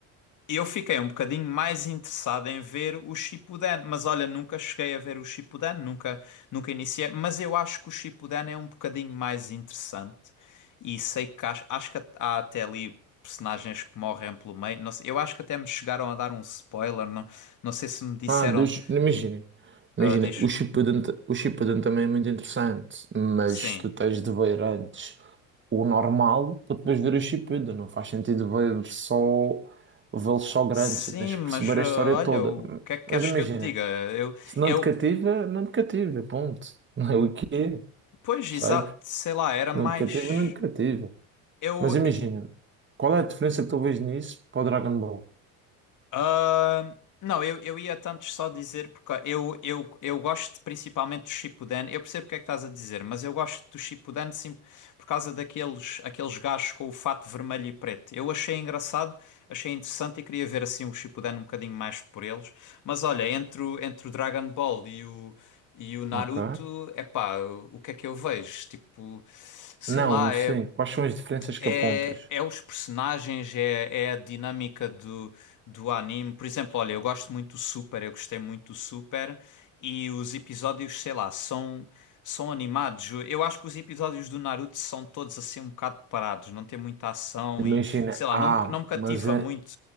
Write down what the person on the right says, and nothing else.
Ah, dos, imagina, imagina,
o Shippuden, o Shippuden também é muito interessante, mas
tu tens de ver antes o normal para depois ver o Shippuden, não faz sentido ver só, vê-los só grandes,
tu tens que
perceber
a
história toda.
Mas
imagina,
se não
te cativa, não te cativa, ponto. <laughs> Não é o que é,
percebes?
Não te cativa, não te cativa.
Mas imagina, qual é a diferença que tu vês nisso para o Dragon Ball?
Ok?
Não,
sim,
quais são as diferenças
que apontas?
Imagina,
ah,
mas é,